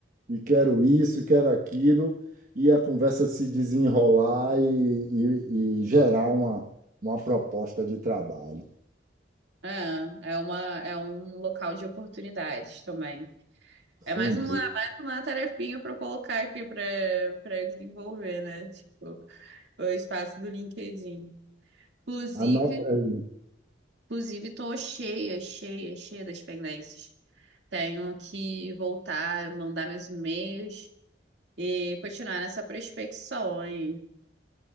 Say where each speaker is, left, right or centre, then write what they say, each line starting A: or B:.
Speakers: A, on the right; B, on the right.
A: e quero isso, e quero aquilo, e a conversa se desenrolar e, e- e gerar uma, uma proposta de trabalho.
B: é, é uma, é um local de oportunidades também.
A: Sem
B: É mais uma,
A: dúvida.
B: mais uma tarefinha para eu colocar aqui para para desenvolver, né? Tipo, o espaço do LinkedIn. Inclusive,
A: Anota aí,
B: inclusive tô cheia, cheia, cheia das pendências. Tenho que voltar, mandar meus e-mails e continuar nessa prospecção aí.